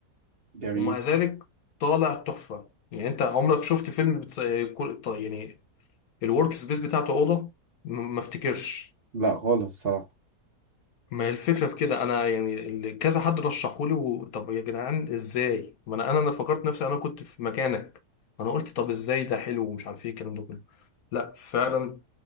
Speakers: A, on the right; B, on the left.
A: جميل
B: ومع ذلك طالع تحفه يعني انت عمرك شفت فيلم بتص... آه، كل- ط- يعني الورك سبيس بتاعته اوضه م- ما افتكرش
A: لا خالص الصراحة
B: ما هي الفكره في كده انا يعني اللي كذا حد رشحولي و... طب يا جدعان ازاي ما انا انا أنا فكرت نفسي انا كنت في مكانك انا قلت طب ازاي ده حلو ومش عارف ايه الكلام ده كله لا فعلا